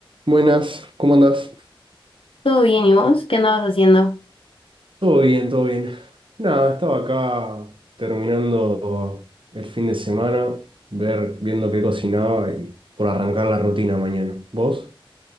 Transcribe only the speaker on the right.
Buenas, ¿cómo andás?
Todo bien, todo bien. Nada, estaba acá terminando el fin de semana, ver, viendo qué cocinaba y por arrancar la rutina mañana. ¿Vos?